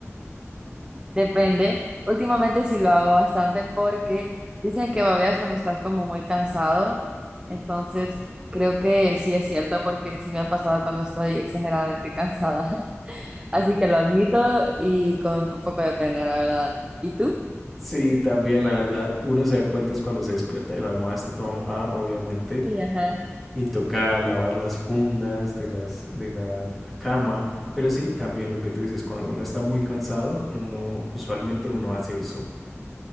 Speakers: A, on the right; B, in the centre.
A: Depende. Últimamente sí lo hago bastante porque dicen que babeas cuando estás como muy cansado. Entonces, creo que sí es cierto porque sí me ha pasado cuando estoy exageradamente cansada. <laughs> Así que lo admito y con un poco de pena, la verdad. ¿Y tú?
B: Sí, también la verdad. Uno se da cuenta es cuando se despierta y la almohada está toda mojada, obviamente.
A: Sí, ajá.
B: y toca lavar las fundas de, las, de, la, de la cama. Pero sí, también lo que tú dices, cuando uno está muy cansado, uno usualmente uno hace eso.